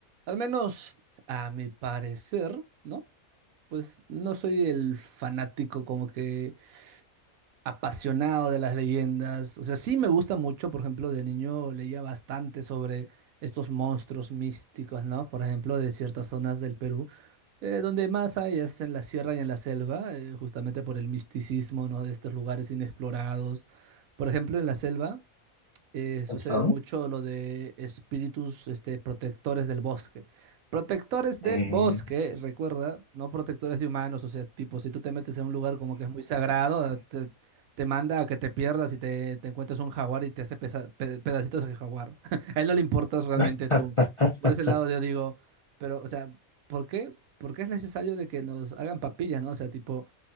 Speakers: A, on the right (about 75°); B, on the left (about 40°).
A: Al menos, a mi parecer, ¿no? Pues no soy el fanático como que apasionado de las leyendas. O sea, sí me gusta mucho, por ejemplo, de niño leía bastante sobre estos monstruos místicos, ¿no? Por ejemplo, de ciertas zonas del Perú, eh, donde más hay es en la sierra y en la selva, eh, justamente por el misticismo, ¿no? De estos lugares inexplorados. Por ejemplo, en la selva eh, sucede
B: Ajá.
A: mucho lo de espíritus este, protectores del bosque. Protectores del
B: Mm.
A: bosque, recuerda, no protectores de humanos, o sea, tipo, si tú te metes en un lugar como que es muy sagrado, ah, te, te manda a que te pierdas y te, te encuentres un jaguar y te hace pesa- pe- pedacitos de jaguar. <laughs> A él no le importas realmente
B: <laughs>
A: tú. Y Por ese lado yo digo, pero, o sea, ¿por qué? ¿Por qué es necesario de que nos hagan papillas, ¿no? O sea, tipo,